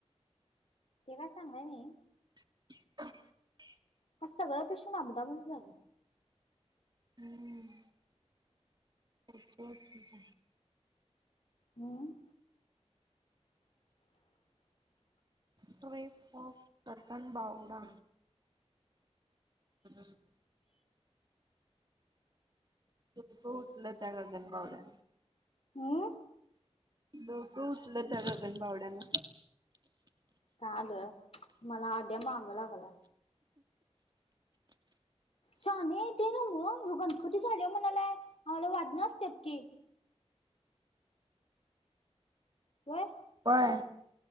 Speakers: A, on the left; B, on the right.
A: ते काय सांगाय न‌ई.
B: <inaudible>
A: आज सगळ्या पेशंट अप डाउनच झाले.
B: हम्म <unintelligible>
A: हम्म <inaudible>
B: ट्रिप ऑफ गगनबावडा <inaudible> डोक उठल त्या गगनबावड्या
A: हम्म
B: डोक उठल त्या गगनबावड्याना.
A: का ग. मला आध्या माग लागलाय. शाने ते नव. गणपती झाल्यावर म्हणालाय आम्हाला वादन असत्यात की. व्हय
B: व्हय